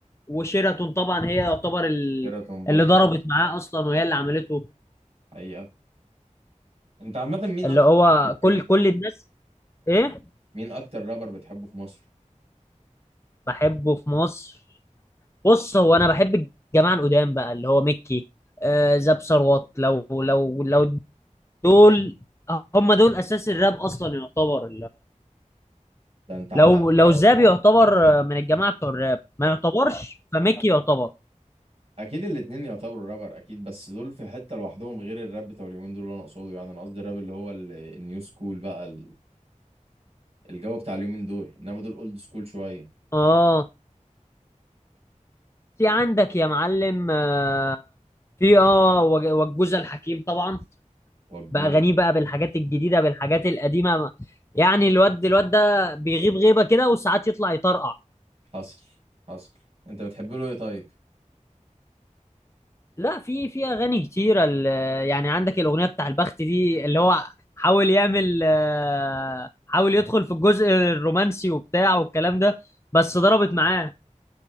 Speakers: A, on the left (about 20°); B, on the right (about 50°).
A: وشيراتون طبعا هي يعتبر ال...
B: وكيراتون برضو
A: اللي ضربت معاه اصلا وهي اللي عملته
B: حقيقه انت عامة مين
A: اللي
B: اكتر
A: هو
B: بتحبه
A: كل كل الناس ايه
B: مين اكتر رابر بتحبه في مصر
A: بحبه في مصر بص هو انا بحب الجماعه القدام بقى اللي هو ميكي آه زاب ثروت لو لو لو دول هم دول اساس الراب اصلا يعتبر
B: ده انت على
A: لو
B: قد-
A: لو
B: أوي.
A: زاب يعتبر من الجماعه بتوع الراب ما يعتبرش فميكي يعتبر
B: اكيد الاتنين يعتبروا رابر اكيد بس دول في حتة لوحدهم غير الراب بتاع اليومين دول اللي انا اقصده يعني انا قصدي الراب اللي هو ال- النيو سكول بقى ال- الجو بتاع اليومين دول انما دول اولد سكول شوية
A: اه في عندك يا معلم آه، في اه وج- والجوزة الحكيم طبعا
B: والجوز
A: باغانيه بقى بالحاجات الجديده بالحاجات القديمه يعني الواد الواد ده بيغيب غيبه كده وساعات يطلع يطرقع
B: حصل حصل انت بتحب له ايه طيب
A: لا في في اغاني كتيره ال- يعني عندك الاغنيه بتاع البخت دي اللي هو حاول يعمل آه، حاول يدخل في الجزء الرومانسي وبتاع والكلام ده بس ضربت معاه